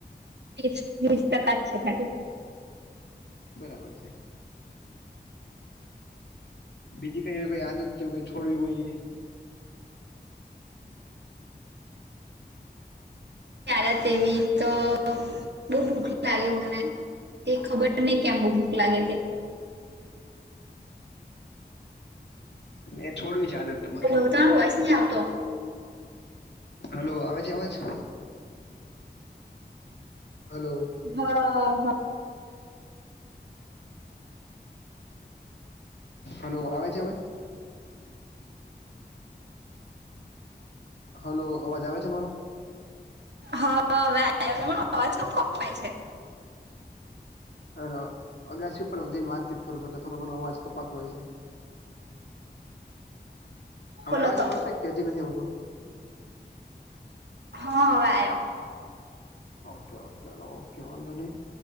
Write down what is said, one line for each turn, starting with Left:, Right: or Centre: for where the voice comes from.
Right: છેસ વીસ ટકા જ છે ખાલી
Left: બરાબર છે બીજી કઈ એવી કઈ આદત કેું કઈ છોડવી હોય એ
Right: ત્યારે એવી તો બહુ ભૂખ લાગે મને તે ખબર નહી કેમ બહુ ભૂખ લાગે તે
Left: એ છોડવી છે આદત તમારે
Right: હલો તમારો વોઇસ નથી આવતો
Left: હલો આવે છે અવાજ હલો
Right: હા હા
Left: હલો આવે છે અવે હલો અવાજ આવે છે મારો
Right: હા અવાજ કેમ કપાય છે
Left: અ અગાસી ઉપર જઈને વાતચીત કરું છું એટલે થોડો અવાજ કપાતો હોય છે હવે
Right: બોલો
Left: આવે છે
Right: તો
Left: પરફેક્ટ કેજી નથી આવતું
Right: હ હવે આવ્યો
Left: ઓકે ઓકે હ ઓકે વાંધો ન